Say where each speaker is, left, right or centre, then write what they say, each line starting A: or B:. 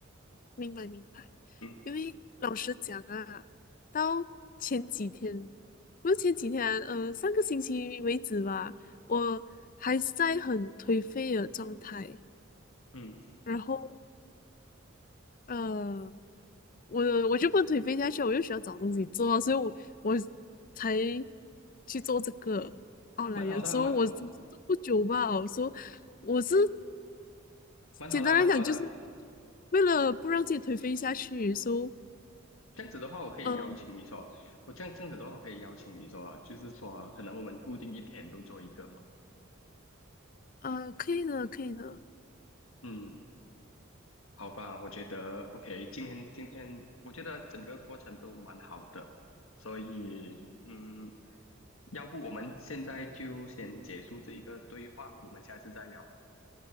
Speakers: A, on the left; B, on the left.
A: 明白明白，
B: 嗯
A: 因为老实讲啊，到前几天，不是前几天啊呃，上个星期为止吧，我还是在很颓废的状态，
B: 嗯，
A: 然后呃，我我就不能颓废下去，我又需要找东西做啊，所以我我才去做这个。哦，来，
B: 蛮好的，
A: 有时候我真是做不久吧，
B: 蛮
A: 我说我是
B: 蛮好的，
A: 简单来讲就是
B: 蛮好的。
A: 为了不让自己颓废下去，说。
B: 这样子的话，我可以邀请你说，
A: 呃
B: 我这样这样子的话，我可以邀请你说，就是说，可能我们固定一天都做一个嘛。
A: 呃，可以的，可以的，
B: 嗯，好吧，我觉得 OK，今天今天我觉得整个过程都蛮好的，所以嗯，要不我们现在就先结束这一个对话，我们下次再聊。